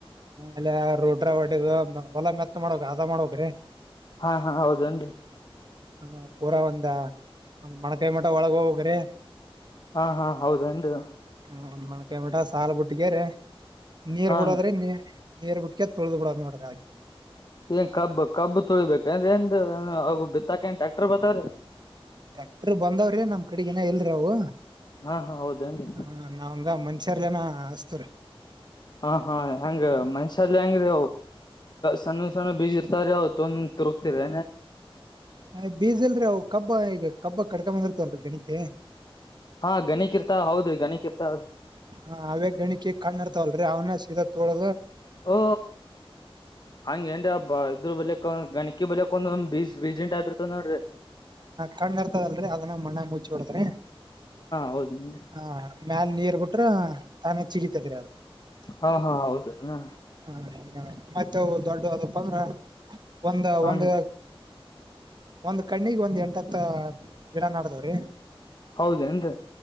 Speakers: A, on the right; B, on the left.
A: ಆಲೆ ರೊಡ್ರ ಒಡದು ಹೊಲ ಮೆತ್ತ ಮಾಡಕ್ ಅದ ಮಾಡ್ಕ್ರೀ
B: ಹಾ ಹಾ ಹೌದನ್ರಿ
A: ಹ ಪೂರಾ ಒಂದ ಒಂದ ಮಣಕೈ ಮಟ ಒಳಗ ಹೋಗ್ರಿ
B: ಹಾ ಹಾ ಹೌದಂದು
A: ಹ್ ಮೊಕಾಯಬಿಟ ಸಾಲ ಬಿುಟ್ಟಿಗೆರ ನೀರ್
B: ಹಾನ್ರಿ
A: ಬಿಡೋದ್ರೆ ನೀರ್ ನೀರ್ ಬಿಟ್ಟಕ ತಳ್ದ ಬಿಡ ನೋಡ್ರ
B: ಏನ್ ಕಬ್ಬ ಕಬ್ಬ ತೊಳಿಬೇಕುಂದ್ರ ಏನ್ ಅ ಬಿತ್ತಾಕನ್ ಟ್ಯಾಕ್ಟರ್ ಬರ್ತಾವ್ರೀ
A: ಟಕ್ಟರ್ ಬಂದವ್ರಿ ನಮ್ ಕಡೆಗನ ಎಲ್ರಿ ಅವವು
B: ಹಾ ಹಾ ಹೌದೇನ್ರಿ
A: ಹ ನಾವಂಗ ಮನ್ಷ್ಯರ್ಲ್ಲನ ಹಸ್ತ್ರ
B: ಹಾ ಹಾ ಹೆಂಗ ಮನುಷ್ಯಲ್ಲಿ ಹೆಂಗ್ರೀ ಸಣ್ಣ ಸಣ್ಣ ಬೀಜಿ ಇರ್ತಾರ ಅವತ್ತು ಒಂದ ತಿರುಗ್ತಿರಿ
A: ಅ ಬೀಜಲ್ರೀ ಅವು ಕಬ್ಬ ಈಗ ಕಬ್ಬ ಕಡ್ಕೊ ಬಂದಿರ್ತವಲ್ರರಿ ಗಣಿಕ
B: ಹಾ ಗಣಿಕ್ ಇರ್ತಾವ ಹೌದ್ರಿ ಗಣಿಕ್ ಇರ್ತಾವ್ರಿ
A: ಹಾ ಹ ಗಣ ಕೆೇಕ ಕಾಣನ ತಲ್ಲ ಅ ಅವ್ನ ಶೀತಾ ತೋಳೋ
B: ಓ ಹಂಗಗೆ ಏನ್ ಅಬ್ಬ ಇದ್ರ ಬಲಕ ಗಣಿಕಿ ಬಳಕ್ ಬಜ ಬೀಜಿಟ ಅಪರತ್ರೆ
A: ಕಣ್ಣ ಇರ್ತದಲ್ರರಿ ಅದನ್ನ ಮಣ್ಣಾಗ ಮುಚ್ಚಬಡದ್ರಿ
B: ಹೌದೇನ್ರಿ
A: ಹಾ ಮ್ಯಾಲ ನೀರ್ ಬಿಟ್ರ ತಾನೇ ಚಿಗಿತತ್ರಿ ಅದು
B: ಹಾ ಹಾ ಹೌದೇನ
A: ಹ ಮತ್ತೆ ದೊಡ್ಡ ಅದಪ್ಪ ಅಂದ್ರ ಒಂದ
B: ಹ
A: ಒಂದ ಒಂದ್ ಕಣ್ಣಿಗೆ ಒಂದ್ ಎಂಟ ಹತ್ತ ಗಿಡ ನಡದವ್ರಿ
B: ಹೌದೇನ್ರಿ